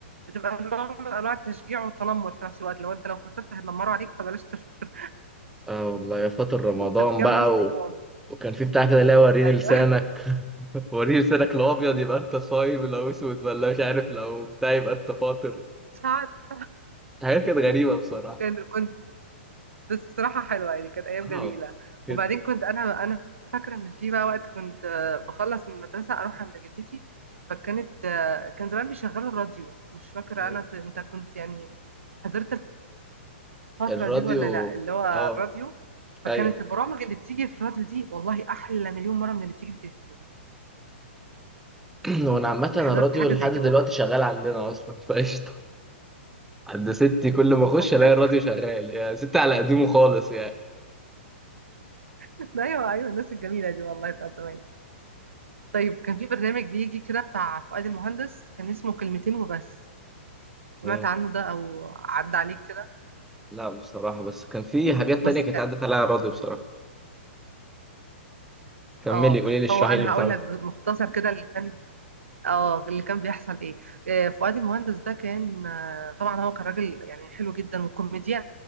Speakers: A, on the right (about 80°); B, in the centre.
A: بتبقى نوع من انواع التشجيع والتنمر في نفس الوقت لو انت لو فطرت هيتنمروا عليك فبلاش تفطر
B: اه والله يا فاطر
A: <laughs>
B: رمضان
A: فتكمل
B: بقى
A: صيام
B: و... وكان في بتاع كده اللي هو وريني
A: ايوه
B: لسانك <laughs> وريني لسانك لو ابيض يبقى انت صايم لو اسود ولا مش عارف لو بتاع يبقى انت فاطر
A: مش عارف
B: حاجات كانت غريبه بصراحه
A: كان كنت بس بصراحة حلوة يعني كانت أيام
B: اه
A: جميلة
B: جدا
A: وبعدين كنت أنا أنا فاكرة إن في بقى وقت كنت آه، بخلص من المدرسة أروح عند جدتي فكانت آه، كان زمان بيشغلوا الراديو مش فاكرة
B: مم.
A: أنا ت- أنت كنت يعني حضرت الفترة
B: الراديو
A: دي ولا لأ اللي هو الراديو
B: اه
A: فكانت
B: ايوه
A: البرامج اللي بتيجي في الراديو دي والله أحلى مليون مرة من اللي بتيجي في التلفزيون
B: <clears throat> وانا عامه الراديو
A: حضرت حاجة
B: لحد
A: زي
B: دلوقتي
A: كده؟
B: شغال عندنا اصلا فقشطه عند ستي كل ما اخش
A: طب حلو
B: الاقي الراديو شغال يعني ستي على قديمه خالص
A: <laughs> أيوه أيوه الناس الجميلة دي والله بتاعت زمان طيب كان في برنامج بيجي كده بتاع فؤاد المهندس كان اسمه كلمتين وبس سمعت
B: يعني
A: عنه ده او عدى عليك كده
B: لا بصراحة بس كان في حاجات
A: بص
B: تانية كانت
A: كان
B: عدت عليها راضي بصراحة كملي
A: اه
B: قولي لي اشرحي
A: هو انا
B: اللي بتاع
A: هقول
B: ده
A: لك مختصر كده اللي كان اه اللي كان بيحصل ايه آه، فؤاد المهندس ده كان آه، طبعا هو كان راجل يعني حلو جدا وكوميديان